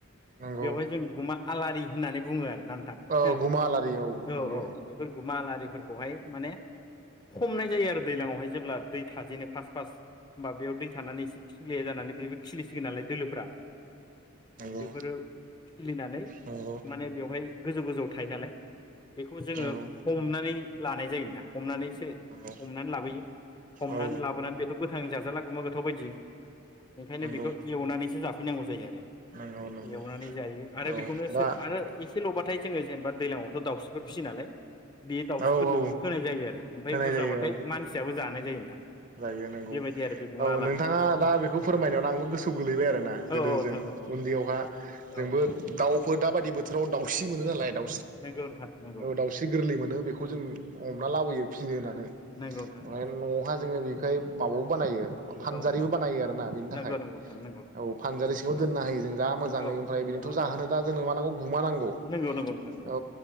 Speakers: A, on the right; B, on the left.
A: नंगौ
B: बेवहाय जों गुमा आलारि होननानै बुङो आरो ना नोंथां
A: औ
B: हा
A: गुमा आलारि
B: औ
A: नंगौ
B: औ बेफोर गुमा लारि फोरखौहाय माने हमनाय जायो आरो दैलाङावहाय जेब्ला दै थाजेनो फास्स्ट फास्ट होमबा बेयाव दै थानानै एसे खिले जानानै बेबो खिलिसिगोन नालाय दोलोफ्रा
A: नंगौ
B: बेफोरो खिलिनानै
A: नंगौ
B: माने बेवहाय गोजौ गोजौ थायो नालाय बेखौ जोङो
A: नंगौ
B: हमनानै ला जायो नोंथां हमनानैसो
A: नंगौ
B: हमनानै लाबोयो हमनानै
A: औ
B: लाबोनानै बेथ' गोथाङै जाजाला गोमो गोथाव बायदि ओंखायनो
A: नंगौ
B: बेखौ एवनानैसो जा फैनांगौ जायो आरो
A: नंगौ नंगौ
B: एवनानै जायो आरो
A: औ
B: बेखौनोसो
A: दा
B: आरो एसे ल'बाथाय जो जेनबा दैलांआवथ' दावस्रि फिसियो नालाय बेयो दाउस्रिफोरनोबो
A: औ औ
B: होनाय जायो आरो ओमफ्राय
A: होनाय
B: बुरजाबाथाय
A: जायो औ
B: मानसियाबो जानाय जायो जायो नोंथां
A: जायो नंगौ
B: बेबायदि आरो बे गुमा
A: औ
B: आलारिखौ
A: नोंथाङा
B: औ
A: दा बेखौ
B: औ नोंथां
A: फोरमायनायावनो आंबो गोसोआव गोलैबाय आरोना
B: औ
A: गोदो
B: नोंथां
A: जों
B: औ
A: उन्दैयावहा जोंबो
B: औ नोंथां औ
A: दाउफोर दा बायदि बोथोर बोथोराव दावस्रि मोनो नालाय दा
B: नंगौ नोंथां नंगौ
A: दाउस्रि गोरलै मोनो बेखौ जों हमना लाबोयो फिनो होननानै
B: नंगौ नोंथां
A: माने
B: नंगौ
A: न'आवहाय बेखाय बावो बानायो फानजारिबो
B: औ नोंथां
A: बानायो आरोना बेनि थाखाय
B: नंगौ नंगौ नोंथां नंगौ
A: औ फानजारि सिङाव
B: औ
A: दोनना हायो जों जा मोजाङै
B: औ
A: ओमफ्राय बिदिनोथ'
B: औ नोंथां
A: जाहोनो दा जोंनो मा नांगौ गुमा नांगौ
B: नंगौ नंगौ नोंथां नंगौ
A: औ